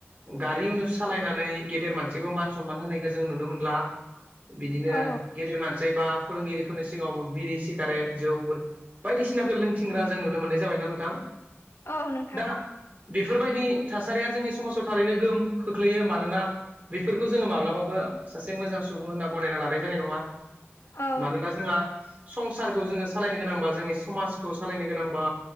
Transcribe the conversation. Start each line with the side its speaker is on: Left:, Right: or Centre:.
Right: गारि उनुस सालायनानै गेदेर मानसिखौ मान सनमान होनायखौ जों नुनो मोनला। बिदिनो
Left: औ
Right: गेदेर मानसै बा फोरोंगिरिफोरनि सिगाङावबो बिरि सिगारेट जौफोर बायदिसिनाखो लोंथिंग्रा जों नुनो मोननाय जाबायना नोंथां?
Left: औ नोंथां
Right: दा बेफोरबायदि थासारिया जोंनि समाजाव थारैनो गोहोम खोख्लैयो मानोना बेफोरखौ जोङो माब्लाबाबो सासे मोजां सुबुं होनना गनायना लानाय जानाय नङा।
Left: औ
Right: मानोना जोङा संसारखौ जोङो सालायनो गोनांबा जोंनि समाजखौ सालायनो गोनांबा